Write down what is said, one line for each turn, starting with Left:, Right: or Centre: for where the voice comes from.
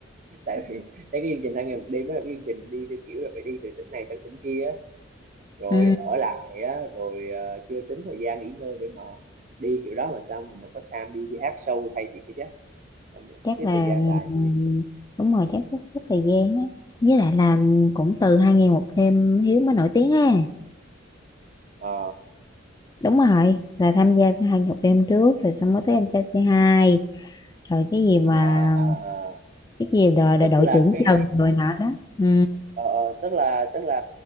Right: tại vì thấy cái chương trình hai ngày một đêm mới là cái chương trình đi theo kiểu là phải đi từ tỉnh này sang tỉnh kia á, rồi
Left: ừ
Right: ở lại á rồi ờ, chưa tính thời gian nghỉ ngơi để mà đi kiểu đó mà sao mà, mà có time đi, đi hát show hay thì cái chứ không nhận
Left: chắc
Right: sắp xếp
Left: là
Right: thời gian tài
Left: ừ,
Right: thì
Left: đúng rồi chắc sắp sắp thời gian á với lại là cũng từ hai ngày một đêm Hiếu mới nổi tiếng ha
Right: ờ,
Left: đúng rồi là tham gia hai ngày một đêm trước rồi xong mới tới anh trai c hai rồi cái gì mà
Right: à, à, à, à.
Left: cái gì đội đội,
Right: rất
Left: đội
Right: là
Left: trưởng
Right: cái
Left: Trần rồi nọ đó ừ
Right: ờ ờ, tức là tức là